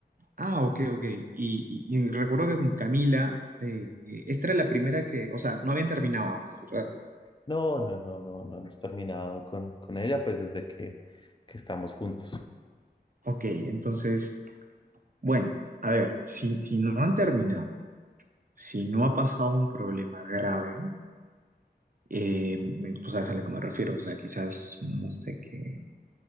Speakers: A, on the right (about 55°); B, on the left (about 25°).
A: Ah, ok, ok. Y, y- y recuerdo que con Camila, eh, eh, esta era la primera que, o sea, no habían terminado antes, ¿verdad?
B: No, no, no, no, no hemos terminado con, con ella, pues desde que, que estamos juntos.
A: Ok, entonces, bueno, a ver, si, si no han terminado Si no ha pasado un problema grave, eh, tú sabes a lo que me refiero, o sea, quizás, no sé, que